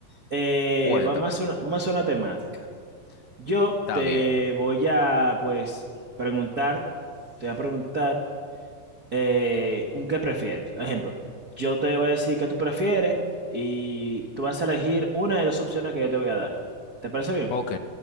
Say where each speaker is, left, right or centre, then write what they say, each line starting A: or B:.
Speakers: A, on the right; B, on the left.
A: Eh,
B: Cuéntamelo.
A: vamos a hacer una, vamos a hacer una temática. Yo
B: Está
A: te
B: bien.
A: voy a, pues, preguntar, te voy a preguntar eh, un qué prefieres. Ejemplo, yo te voy a decir qué tú prefieres y tú vas a elegir una de dos opciones que yo te voy a dar. ¿Te parece bien?
B: Ok.